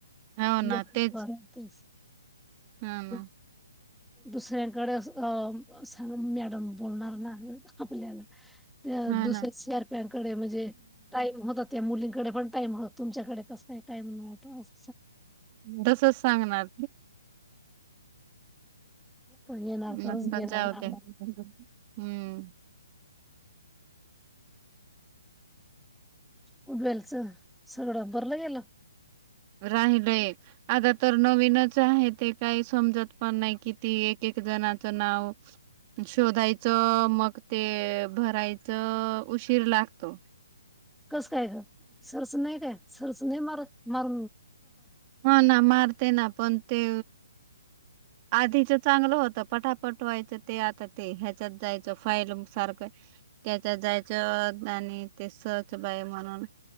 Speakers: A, on the right; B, in the centre.
A: हो
B: हे
A: ना
B: <unintelligible>
A: तेच
B: पण तीस <unintelligible>
A: हा ना.
B: दुसऱ्यांकडे अस अ अस मॅडम बोलणार ना अ आपल्याला त्या
A: हा
B: दुसऱ्या
A: ना.
B: शअरप्यांकडे म्हणजे टाईम हो. ते त्या मुलींकडे पण टाम हो तुमच्याकडे कसय टाईम मिळतो अस.
A: तसच सांगणार.
B: पण येणार
A: म
B: तरच घेणार
A: मजाव
B: ना
A: त्या हम्म.
B: गुडवेलच सगळं भरलं गेलं.
A: राहिलय आता तर नवीनच आहे ते काही समजत पण नाही किती एकेक दनात नाव शोधायचं मग ते भरायचं उशीर लागतो.
B: कसं काय ग सरस नाही काय सरस नाही मारत मार
A: हा ना मारते ना पण ते आधीच चांगलं होतं पटापट व्हायचं ते आता ते ह्याच्यात जायचं फाईल सारखं. त्याच्यात जायचं आणि ते सहच बाई म्हणून